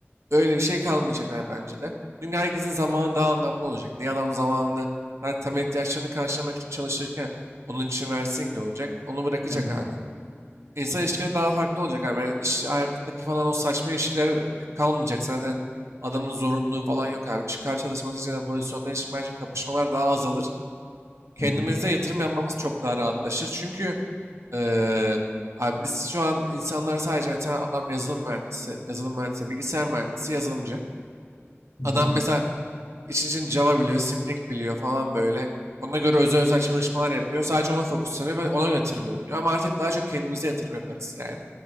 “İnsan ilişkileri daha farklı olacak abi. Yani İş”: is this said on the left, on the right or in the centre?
Right